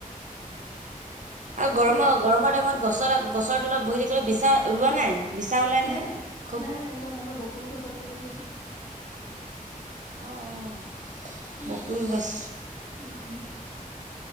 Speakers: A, on the right; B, on the left.
A: আৰু গৰমৰ
B: উফ
A: গৰমৰ টাইমত গছৰ গছৰ তলত বহি থাকিলে বিচা ওলোৱা নাই বিচা ওলাই নহয়
B: নাই
A: খুব
B: নাই নাই ওলোৱা নাই মই বকুৰো গছত ওলহি আছো
A: অঁ অ
B: উম
A: বকুল গছ
B: উম